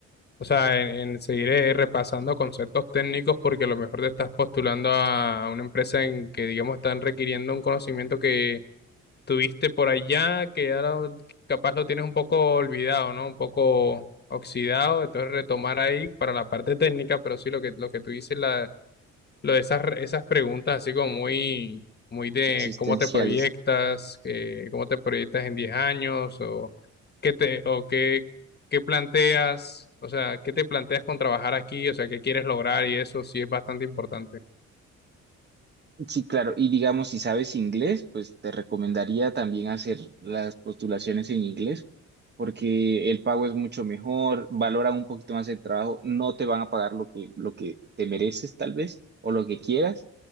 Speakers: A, on the left; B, on the right.
A: O sea, en, en seguir eh, repasando conceptos técnicos porque a lo mejor te estás postulando a una empresa en que, digamos, están requiriendo un conocimiento que tuviste por allá, que ahora capaz lo tienes un poco olvidado, ¿no? Un poco oxidado, entonces retomar ahí para la parte técnica, pero sí lo que, lo que tú dices, la, lo de esas, re- esas preguntas así como muy, muy de
B: existenciales.
A: cómo te proyectas, que, cómo te proyectas en 10 años o qué te, o qué, qué planteas, o sea, qué te planteas con trabajar aquí, o sea, qué quieres lograr y eso sí es bastante importante.
B: Sí, claro. Y digamos, si sabes inglés, pues te recomendaría también hacer las postulaciones en inglés, porque el pago es mucho mejor, valora un poquito más el trabajo, no te van a pagar lo que, lo que te mereces tal vez o lo que quieras,